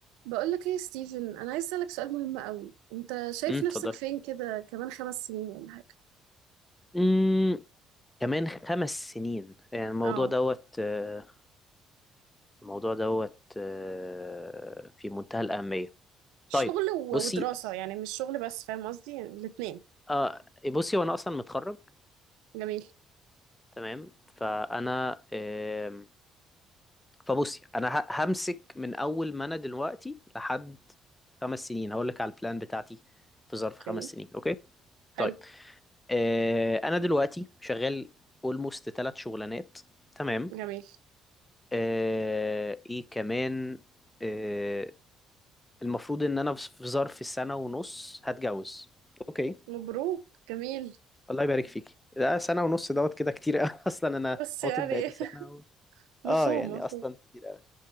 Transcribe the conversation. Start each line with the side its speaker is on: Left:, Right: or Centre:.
Right: بقولك ايه يا ستيفن انا عايز اسالك سؤال مهم قوي انت شايف
Left: امم اتفضل
Right: نفسك فين كده كمان خمس سنين ولا حاجه
Left: امم كمان خمس سنين يعني الموضوع
Right: اه
Left: دوت آه، الموضوع دوت آه، في منتهى الأهمية
Right: شغل
Left: طيب
Right: و-
Left: بصي
Right: ودراسة يعني مش شغل بس فاهم قصدي يعني الاتنين
Left: آه، بصي وانا اصلا متخرج
Right: جميل
Left: تمام فانا آم، فبصي انا ه- همسك من اول ما انا دلوقتي لحد خمس سنين هقول لك على البلان بتاعتي في ظرف
Right: اوكي
Left: خمس سنين اوكي
Right: حلو
Left: طيب آه، انا دلوقتي شغال اولموست ثلاث شغلانات تمام
Right: جميل
Left: آه، ايه كمان آه، المفروض ان انا في ظرف سنة ونص هتجوز اوكي
Right: مبروك جميل
Left: الله يبارك فيكي ده سنة ونص دوت كده كتير قوي <laughs> اصلا انا
Right: بس
Left: خاطب
Right: يعني
Left: بقالي سنة
Right: <laughs>
Left: و...
Right: مفهوم
Left: اه يعني
Right: مفهوم
Left: اصلا كتير قوي